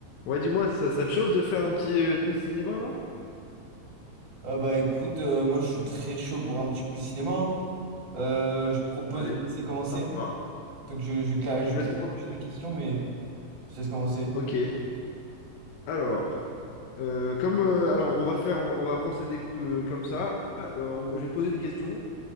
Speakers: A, on the left; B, on the right.
A: Ouais, dis-moi, ça, ça te chauffe de faire un petit euh, coup de cinéma là?
B: Ah bah écoute, euh, moi je suis très chaud pour un petit coup cinéma. hein. Euh, je propose
A: Allez,
B: de te laisser commencer.
A: hop pas.
B: Donc je, je clarifie,
A: Tu me
B: je
A: laisses
B: clarifie
A: commencer?
B: juste mes questions, mais je te laisse commencer.
A: Ok. Alors, euh, comme euh, alors on va faire, on va, on va procéder que- comme ça. Euh, en gros, je vais te poser une question